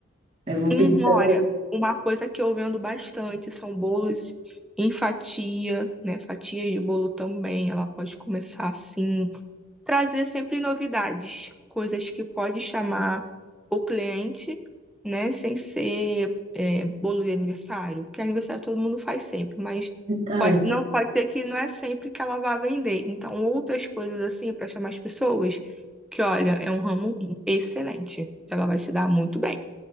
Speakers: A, on the right; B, in the centre.
A: Eu vou
B: hum,
A: pedir pra
B: olha,
A: ela.
B: uma coisa que eu vendo bastante são bolos em fatia, né? Fatias de bolo também. Ela pode começar assim. trazer sempre novidades, coisas que pode chamar o cliente, né, sem ser é, bolo de aniversário, que aniversário todo mundo faz sempre, mas
A: Tá,
B: pode, não pode ser que não é sempre que ela vá vender. Então, outras coisas assim para chamar as pessoas, que olha, é um ramo excelente, ela vai se dar muito bem.